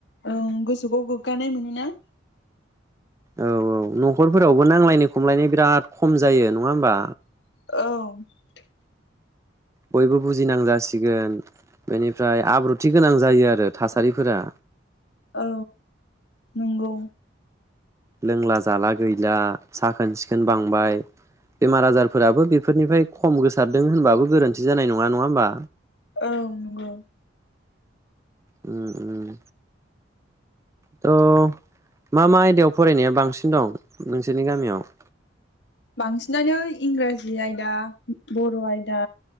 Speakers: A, on the left (about 65°); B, on the right (about 15°).
A: ओं गोसोखौ गोग्गानाय मोनो ना?
B: औ औ नखरफोरावबो नांलायनाय खमलायनाय बिराद खम जायो नङा होमबा
A: औ
B: बयबो बुजिनां जासिगोन बेनिफ्राय आब्रुथि गोनां जायो आरो थासारिफोरा
A: औ नंगौ
B: लोंला जाला गैला साखोन सिखोन बांबाय बेमार आजारफोराबो बेफोरनिफ्राय खम गोसारदों होनबाबो गोरोन्थि जानाय नङा नङा होमबा
A: औ नंगौ
B: उम उम थ' मा मा आयदायाव फरायनाया बांसिन दं नोंसोरनि गामियाव
A: बांसिनानो इंराजि आयदा बर' आयदा